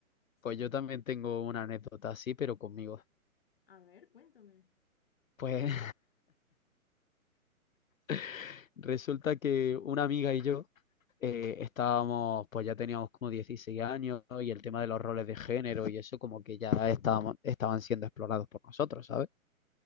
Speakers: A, on the left; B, on the left.
A: Sí.
B: Pues yo también tengo una anécdota así, pero conmigo.
A: A ver, cuéntame.
B: Pues <laughs> resulta que una amiga y yo. eh, estábamos, pues ya teníamos como dieciséis años ¿no? y el tema de los roles de género y eso como que ya estábamos, estaban siendo explorados por nosotros, ¿sabes?